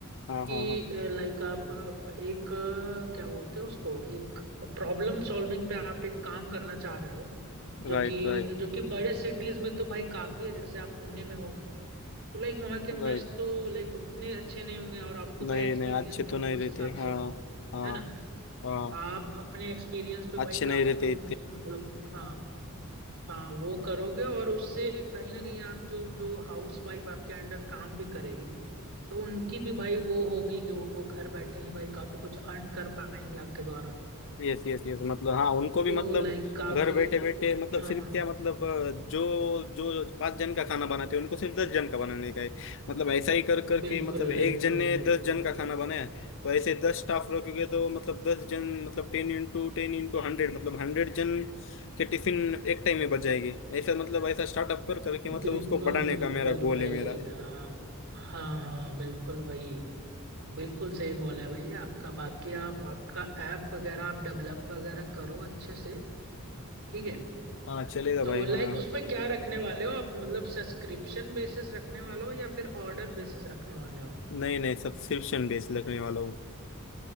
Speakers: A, on the left; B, on the right.
A: हाँ
B: कि
A: हाँ हाँ
B: लाइक आप एक अ, क्या बोलते हैं उसको एक प्रॉब्लम सॉल्विंग पे आप एक काम करना चाह रहे हो जो
A: Right
B: कि
A: right
B: जो कि बड़े सिटीज में तो भाई काफी है जैसे आप पुणे में हो तो लाइक वहाँ के मेस
A: right
B: तो लाइक उतने अच्छे नहीं होंगे और आपको भाई
A: नहीं
B: एक्सपीरियंस
A: नहीं अच्छे
B: भी होगा
A: तो नहीं
B: उस
A: रहते
B: हिसाब
A: हाँ
B: से
A: हाँ
B: है ना
A: हाँ
B: आप अपने एक्सपीरियंस पे
A: अच्छे
B: भाई
A: नहीं
B: काफी
A: रहते
B: लोगों
A: इतने
B: की मतलब हाँ हाँ वो करोगे और उससे कहीं ना कहीं आप जो जो हाउस वाइफ आपके अंडर काम भी करेगी तो उनकी भी भाई वो होगी कि वो घर बैठे ही भाई काफी कुछ अर्न कर पाएंगे आपके द्वारा
A: यस यस यस मतलब हाँ उनको भी
B: तो
A: मतलब
B: लाइक काफी
A: घर बैठे बैठे मतलब
B: हाँ
A: सिर्फ
B: हाँ हाँ
A: क्या मतलब अ, जो जो पांच जन का खाना बनाते हैं उनको सिर्फ दस जन का बनाने का है मतलब ऐसा ही कर करके
B: बिल्कुल
A: मतलब
B: बिल्कुल
A: एक जन ने
B: बिल्कुल
A: दस जन का खाना बनाया तो ऐसे दस स्टाफ रखोगे तो मतलब दस जन मतलब ten into ten into hundred मतलब हंड्रेड जन के टिफिन एक टाइम में बच जाएगी ऐसा मतलब ऐसा स्टार्टअप कर करके मतलब
B: बिल्कुल
A: उसको बढ़ाने
B: बिल्कुल
A: का मेरा गोल
B: भाई
A: है मेरा
B: हाँ हाँ हाँ बिल्कुल भाई बिल्कुल सही गोल है भाई आपका बाकी आप आपका ऐप वगैरह आप डेवलप वगैरह करो अच्छे से ठीक है
A: हाँ चलेगा
B: तो
A: भाई
B: लाइक
A: हाँ
B: उसमें क्या रखने वाले हो आप मतलब सब्सक्रिप्शन बेसिस रखने वाले हो या फिर ऑर्डर बेसिस रखने वाले हो आप
A: नहीं नहीं सब्सक्रिप्शन बेस लगने वाला हूँ